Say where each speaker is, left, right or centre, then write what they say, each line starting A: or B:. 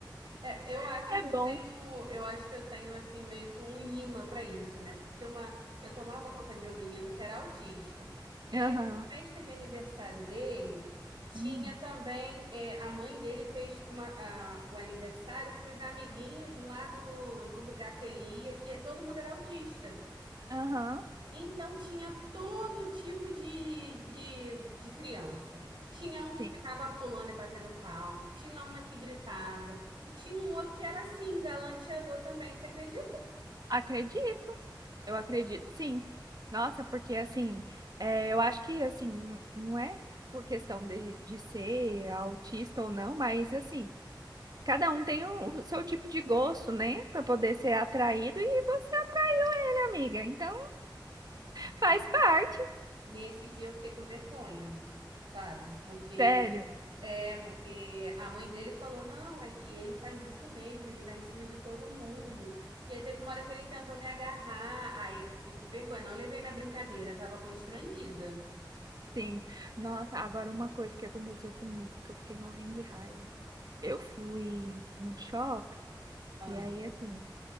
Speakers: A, on the right (about 85°); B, on the right (about 55°).
A: É, eu
B: <laughs>
A: acho
B: é
A: que
B: bom.
A: eu tenho, eu acho que eu tenho assim meio que um lima pra isso, né? Porque uma, eu tomava conta de um menino que era autista. E
B: Aham.
A: aí na festa de aniversário dele tinha
B: Hum.
A: também é, a mãe dele fez uma- a- o aniversário para os amiguinhos lá do, do lugar que ele ia, que todo mundo era autista.
B: Aham.
A: Então tinha todo tipo de, de, de criança. Tinha um que
B: Sim.
A: ficava pulando e batendo palma, tinha uma que gritava, e tinha um outro que era assim, galanteador também, você acredita?
B: Acredito. Eu acredito, sim. Nossa, porque assim, é, eu acho que assim, n- não é por questão de, de ser autista ou não, mas assim, Cada um tem o, o seu tipo de gosto, né? Pra poder ser atraído e você atraiu ele, amiga. Então,
A: Né?
B: faz parte.
A: Nesse dia eu fiquei com vergonha, sabe? Porque
B: Sério,
A: é, porque a mãe dele falou: "Não, é que ele faz isso mesmo, ele dá em cima de todo mundo". E aí teve uma hora que ele tentou me agarrar, aí eu fiquei com vergonha, não levei na brincadeira, tava constrangida.
B: sim. Nossa, agora uma coisa que aconteceu comigo, que eu fiquei morrendo de raiva. Eu fui no shopping
A: Ah.
B: e aí, assim,